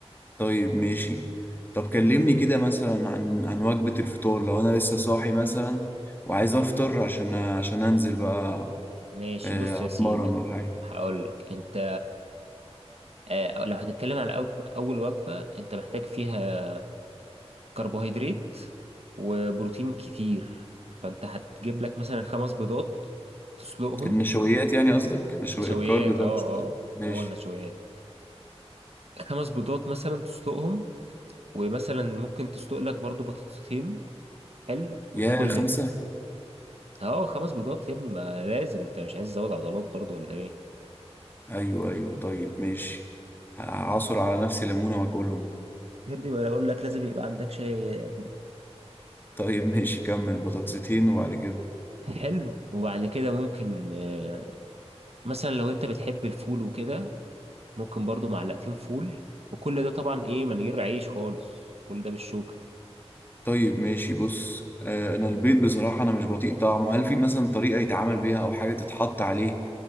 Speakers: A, on the left; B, on the right.
A: طيب ماشي طب كلمني كده مثلا عن عن وجبة الفطار لو انا لسه صاحي مثلا وعايز افطر عشان عشان انزل بقى
B: ماشي
A: آه،
B: بص يا
A: اتمرن
B: سيدي
A: ولا حاجة
B: هقولك انت آه، لو هتتكلم على أو- أول وجبة انت محتاج فيها كربوهيدرات وبروتين كتير فانت هتجيب لك مثلا خمس بيضات تسلقهم
A: النشويات يعني قصدك نشويات
B: نشويات
A: الكارب ده
B: اه
A: مش
B: اه
A: ماشي
B: هو النشويات خمس بيضات مثلا تسلقهم ومثلا ممكن تسلق لك برضو بطاطسين حلو وتاكل
A: يا خمسة
B: اه خمس بيضات يا ابني ما لازم انت مش عايز تزود عضلات برضو ولا ايه
A: ايوه ايوه طيب ماشي هعصر على نفسي ليمونة واكلهم
B: يا ابني ما انا اقول لك لازم يبقى عندك شاي يا ابني
A: طيب ماشي كمل بطاطستين وبعد كده
B: حلو وبعد كده ممكن آه، مثلا لو انت بتحب الفول وكده ممكن برضو معلقتين فول وكل ده طبعا ايه من غير عيش خالص كل ده بالشوكة
A: طيب ماشي بص آه، انا البيض بصراحة انا مش بطيق طعمه هل في مثلا طريقة يتعامل بيها او حاجة تتحط عليه